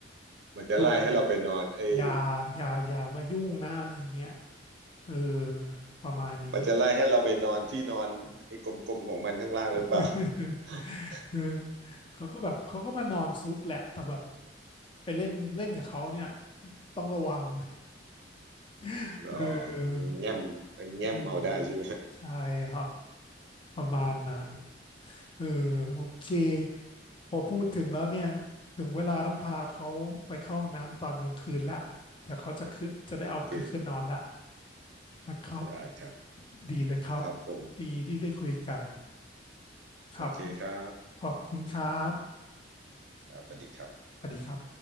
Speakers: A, on the right; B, on the left.
A: มันจะไล่ให้เราไปนอนเอ้ย
B: ดุเลยอย่าอย่าอย่ามายุ่งนะอะไรอย่างเงี้ยเออประมาณนี้
A: มันจะไล่ให้เราไปนอนที่นอนไอ้กลมๆของมันข้างล่างหรือเปล่า
B: <laughs>
A: <laughs>
B: เออเขาก็แบบเขาก็มานอนซุกแหละแต่แบบไปเล่นเล่นกับเขาเนี่ยต้องระวัง <laughs>
A: หรอ
B: เออ
A: แง้มมันแง้มเอาได้ใช่ไหม
B: เงี้ยมากใช่ครับประมาณนั้น
A: อืม
B: เออโอเคพอพูดถึงแล้วเนี่ยถึงเวลาต้องพาเขาไปเข้าห้องน้ำตอนกลางคืนละเดี๋ยวเขาจะขึ้นจะได้เอาขึ้นขึ้นนอนละ
A: โอเค
B: นะครับ
A: ได้ครับ
B: ดีเลยครับ
A: ครับผม
B: ดีที่ได้คุยกันครับ
A: โอเคครับ
B: ขอบคุณครับ
A: ครับสวัสดีครับ
B: สวัสดีครับ